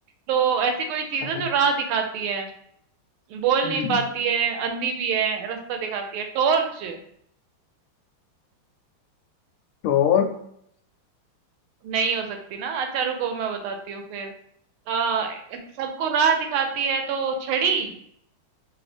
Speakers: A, on the right; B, on the left.
A: तो ऐसी कोई चीज
B: हाँ,
A: है जो राह दिखाती है बोल
B: हम्म।
A: नहीं पाती है अंधी भी है रास्ता दिखाती है टॉर्च
B: तो और
A: नहीं हो सकती ना अच्छा रुको मैं बताती हूँ फिर आ, सबको राह दिखाती है तो छड़ी